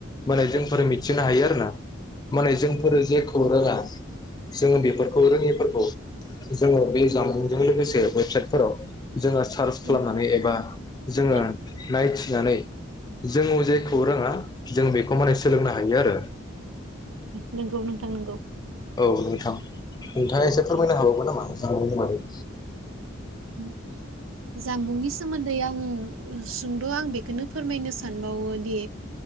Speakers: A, on the left (about 20°); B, on the right (about 80°).
A: माने जों मिथिनो हायो आरोना माने जोंफोर जेखौ रोङा जोङो बेफोरखौ रोङैफोरखौ जोङो बे जामबुंजों लोगोसे वेबसाइटफोराव जोङो सार्च खालामनानै
B: उम
A: एबा जोङो
B: औ
A: नाइ होननानै जों जेखौ रोङा जों बेखौ माने सोलोंनो हायो आरो
B: नोंगौ नोंथां नोंगौ।
A: औ नोंथां। नोंथाङा एसे फोरमायनो
B: औ
A: हाबावगोन नामा? औ हायो।
B: <inaudible> जामबुंनि सोमो न्दै आं सुंद' आं बेखौनो फोरमायनो सानबावोदि